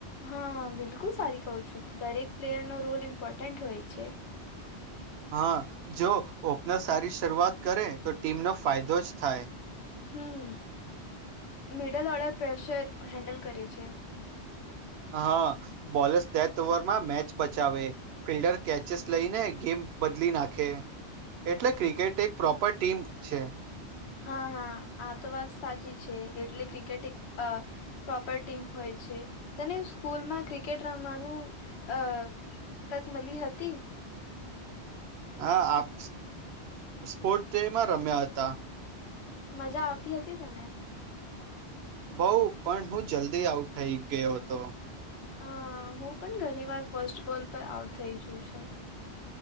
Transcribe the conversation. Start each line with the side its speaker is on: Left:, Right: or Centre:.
Left: હા હા બિલકુલ સારી કહું છું દરેક પ્લેયરનોો રોલ ઇમ્પોર્ટન્ટ હોય છે.
Right: હા જો ઓપનર સારી શરૂઆત કરે તો ટીમનોો ફાયદો જ થાય
Left: હમ મિડલ ઓર્ડર પ્રેશર હેન્ડલ કરે છે.
Right: હા બોલસ બે ઓવરમાં મેચ બચાવે ફિલ્ડર કેચેસ લઈ ને ગેમ બદલી નાખે એટલે ક્રિકેટ એક પ્રોપર ટીમ છે.
Left: હા હા આ તો વાત સાચી છે એટલે ક્રિકેટ એક અ પ્રોપર ટીમ હોય છે. તને સ્કૂલમાં ક્રિકેટ રમવાનું અ તક મળી હતી
Right: હા આપ સ્પોર્ટ ડે માં રમ્યા હતા
Left: મજા આવતી હતી તને
Right: બઉ પણ હું જલ્દી આઉટ થઈ ગયો હતો
Left: હ હું પણ ઘણી વાર ફસ્ટ બોલ પર આઉટ થઇ જઉ છું